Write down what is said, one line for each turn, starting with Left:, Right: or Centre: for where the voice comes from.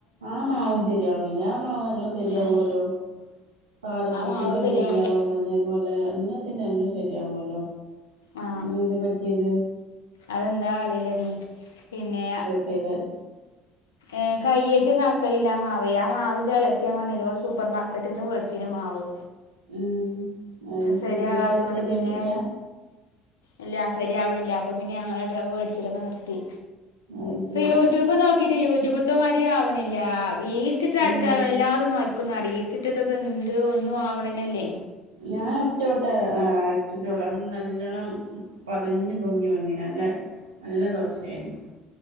Right: ആ മാവും ശരിയാവണില്ലേ ആ മാവ് നല്ലോ ണംശരിയാവോല്ലോ
Left: ഏ
Right: പാലപ്പത്തിന്റെ
Left: ആ മാവ് ശരിയാവണില്ല
Right: ശരിയാകും അതേപോലെ എല്ലാത്തിന്റെ നല്ലോം ശരിയാവോല്ലോ
Left: ആ
Right: പിന്നെന്തേ പറ്റിയത്
Left: അതെന്താ അറിയിലടി പിന്നെ
Right: പൈവൽ
Left: ഏഹ് കയ്യേറ്റ് നളക്കലില്ലാ മാവ് ആ മാവ് ഇന്റളേച്ചി ഞാ പറഞ്ഞില്ലേ സൂപ്പർ മാർക്കറ്റ്ന്ന് വേടിച്ചിനു ആ മാവ്
Right: ഉം അത് ശരി
Left: ശരിയാകാത്തത്
Right: ന്നട്ട് ഓളത്
Left: കൊണ്ട്
Right: ശരിയായിട്ടില്ല
Left: പിന്നെ ഇല്ല ശരിയാവണില്ല അപ്പൊ പിന്നെ ഞങ്ങള് രണ്ടാളും വേടിച്ചലൊക്കെ നിർത്തി
Right: അത് ശരി
Left: യൂട്യൂബ് നോക്കിട്ട് യൂട്യൂബത്തെ മാരീം ആവണില്ല യീസ്റ്റിട്ട്
Right: ഉം
Left: അരക്കാ എല്ലാതും നൊര ക്കൊന്ന് അറിയിച്ചിട്ടത്തത് എന്ത് ഒന്നും ആവണെന്നല്ലേ
Right: ഞാൻ ഒറ്റ വട്ടെ അരച്ചിട്ടുള്ളൂ അത് നല്ലോണം പതഞ് പൊങ്ങി വന്നിന് നല്ല നല്ല ദോശായിന്